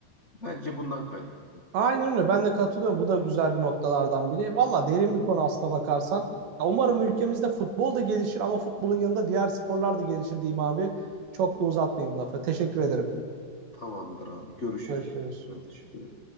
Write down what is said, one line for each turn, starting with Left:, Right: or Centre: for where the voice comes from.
Left: Bence bundan kaynaklı.
Right: Aynen öyle. Ben de katılıyorum. Bu da güzel bir noktalardan biri. Valla derin bir konu aslına bakarsan. Ya umarım ülkemizde futbol da gelişir ama futbolun yanında diğer sporlar da gelişir diyeyim abi. Çok da uzatmayayım lafı. Teşekkür ederim.
Left: Tamamdır abi. Görüşürüz.
Right: Görüşürüz.
Left: Ben teşekkür ederim.